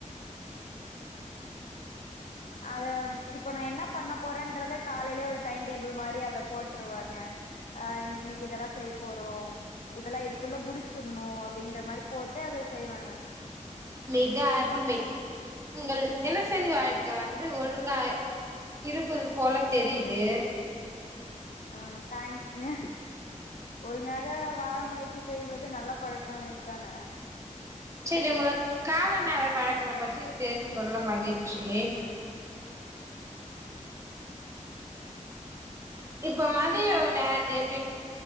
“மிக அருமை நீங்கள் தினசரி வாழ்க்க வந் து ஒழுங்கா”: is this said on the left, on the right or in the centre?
Right